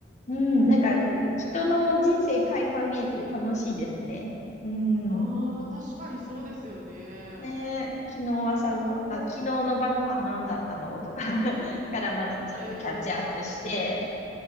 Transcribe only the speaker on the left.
うん、
なんか、人の人生垣間見えて楽しいですね。うん。
ねえ、昨日朝ごはん、
あ、昨日の晩ご飯何だったのとか
<laughs> からまずちょっとキャッチアップして、